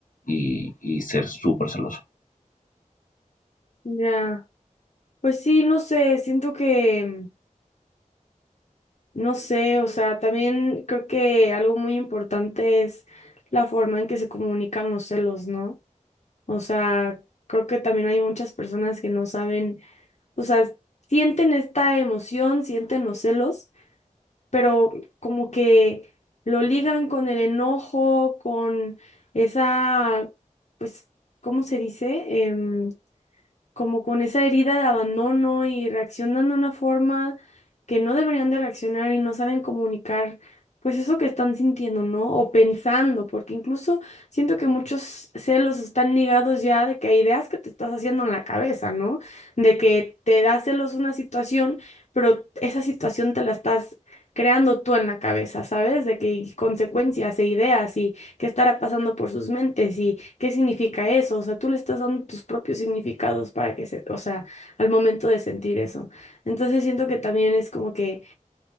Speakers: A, on the left (about 90°); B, on the left (about 60°).
A: y, y ser súper celoso.
B: Ya, pues sí, no sé, siento que, no sé, o sea, también creo que algo muy importante es la forma en que se comunican los celos, ¿no? O sea, creo que también hay muchas personas que no saben, o sea, sienten esta emoción, sienten los celos, pero como que lo ligan con el enojo, con esa, pues, ¿cómo se dice? Em, como con esa herida de abandono y reaccionan de una forma que no deberían de reaccionar y no saben comunicar, pues eso que están sintiendo, ¿no? O pensando, porque incluso siento que muchos celos están ligados ya de que a ideas que te estás haciendo en la cabeza, ¿no? De que te da celos una situación, pero esa situación te la estás creando tú en la cabeza, ¿sabes? De que y consecuencias e ideas y qué estará pasando por sus mentes y qué significa eso. O sea, tú le estás dando tus propios significados para que se, o sea, al momento de sentir eso. Entonces siento que también es como que